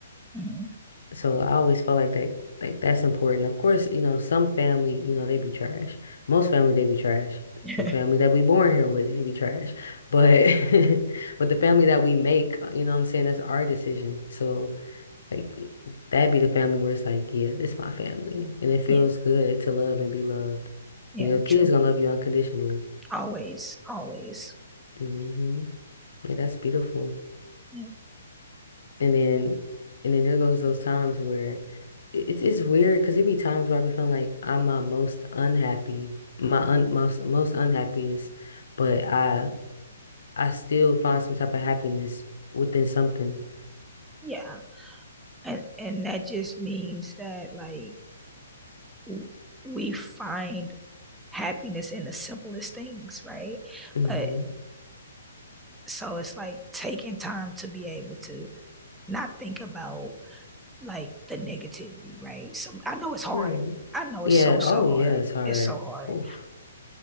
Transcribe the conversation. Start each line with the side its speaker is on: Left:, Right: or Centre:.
Centre: Mhm.
Left: So I always felt like that, like that's important. Of course, you know, some family, you know, they be trash. Most family, they be trash.
Centre: <laughs>
Left: The family that we born here with, they be trash. But, <laughs> but the family that we make, uh, you know what I'm saying, that's our decision. So like that be the family where it's like, yeah, this my family. And it feels
Centre: yeah.
Left: good to love and be loved.
Centre: Yeah.
Left: And your kids
Centre: True.
Left: gonna love you unconditionally.
Centre: Always. Always.
Left: hmm Yeah, that's beautiful.
Centre: Yeah.
Left: And then and then there goes those times where it- it's it's weird because it be times where I be feeling like I'm my most unhappy, my un most most unhappiest, but I I still find some type of happiness within something.
Centre: Yeah. and and that just means that like w- we find happiness in the simplest things right
Left: hmm
Centre: but so it's like taking time to be able to not think about like the negativity right so i know it's hard
Left: Right.
Centre: i know
Left: Yeah.
Centre: it's so so
Left: Oh
Centre: hard
Left: yeah, it's hard.
Centre: it's so hard
Left: Oof.